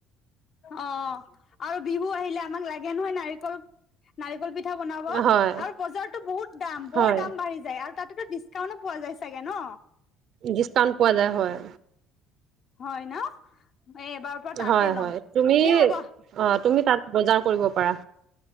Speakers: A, on the left; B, on the right.
A: অ আৰু বিহু আহিলে আমাক লাগে নহয় নাৰিকল নাৰিকল পি পিঠা বনাব
B: হয়
A: আৰু বজাৰতো বহুত দাম বৰ
B: হয়
A: দাম বাঢ়ি যায় আৰু তাততো ডিচকাউণ্টো পোৱা যায় চাগে ন?
B: ডিছকাউণ্ট পোৱা যায় হয়।
A: হয় ন? এ এইবাৰৰ পৰা তাতে
B: হয়
A: ল'ম
B: হয় তুমি
A: দিয়া হ'ব
B: অ তুমি তাত বজাৰ। কৰিব পাৰা।